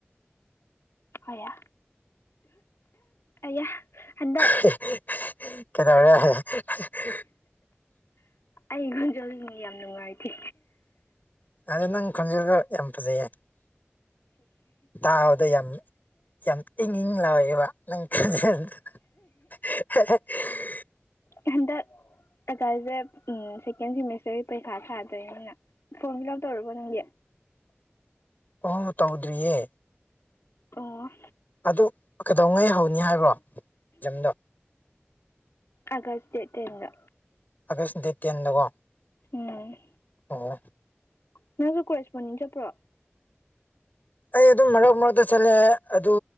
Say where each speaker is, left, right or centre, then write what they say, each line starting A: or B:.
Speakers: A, on the left; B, on the left.
A: ꯑꯌꯥ ꯑꯌꯥ ꯍꯟꯗꯛ
B: ꯀꯩꯗꯧꯔꯦ
A: ꯑꯩ ꯌꯨꯝ ꯆꯠꯅꯤꯉꯦ ꯌꯥꯝ ꯅꯨꯡꯉꯥꯏꯇꯦ
B: ꯑꯗꯨ ꯅꯪ ꯈꯨꯟꯖꯦꯜꯗ ꯌꯥꯝ ꯐꯖꯩꯌꯦ ꯇꯥꯕꯗ ꯌꯥꯝ ꯌꯥꯝ ꯏꯪ ꯏꯪ ꯂꯥꯎꯑꯦꯕ ꯅꯪ ꯈꯟꯖꯟꯗ <unintelligible>
A: ꯍꯟꯗꯛ ꯀꯩꯇꯧꯒꯦ ꯎꯝ ꯁꯦꯀꯦꯟ ꯁꯦꯃꯤꯁꯇꯔꯒꯤ ꯄꯔꯤꯈꯥ ꯊꯥꯗꯔꯦ ꯅꯪꯅ ꯐꯔꯣꯟ ꯐꯤꯜ ꯑꯞ ꯇꯧꯔꯕꯣ ꯅꯪꯗꯤ
B: ꯑꯣ ꯇꯧꯗ꯭ꯔꯤꯌꯦ
A: ꯑꯣ
B: ꯑꯗꯨ ꯀꯩꯗꯧꯉꯩ ꯍꯧꯅꯤ ꯍꯥꯏꯕ꯭ꯔꯣ ꯏꯖꯝꯗꯣ ꯃꯟꯂꯂꯤꯛꯖꯥꯃꯩ
A: ꯑꯒꯁ ꯗꯦꯠ ꯑꯦꯠꯇꯤꯟꯗ
B: ꯑꯥꯒꯁ ꯗꯦꯠ ꯇꯦꯟꯗꯀꯣ
A: ꯎꯝ
B: ꯑꯣ
A: ꯅꯪꯁꯨ ꯀꯣꯂꯦꯁꯄꯨꯟꯅꯤꯡ ꯆꯠꯄ꯭ꯔꯣ
B: ꯑꯩ ꯑꯗꯨꯝ ꯃꯔꯛ ꯃꯔꯛꯇ ꯆꯠꯂꯦ ꯑꯗꯨ